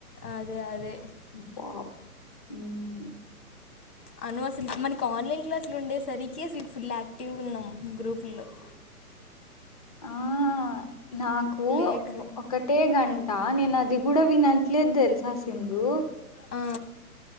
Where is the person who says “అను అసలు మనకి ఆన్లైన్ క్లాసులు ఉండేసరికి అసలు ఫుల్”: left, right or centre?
Left